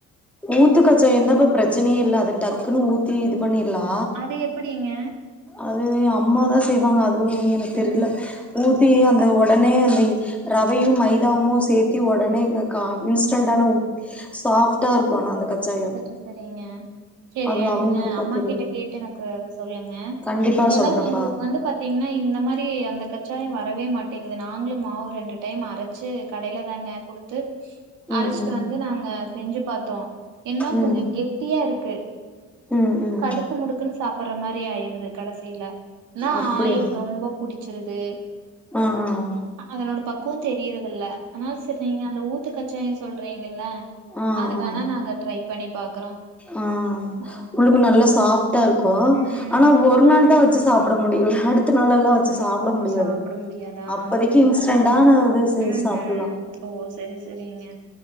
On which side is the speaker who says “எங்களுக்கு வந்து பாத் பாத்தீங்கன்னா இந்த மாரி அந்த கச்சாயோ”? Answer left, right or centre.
Right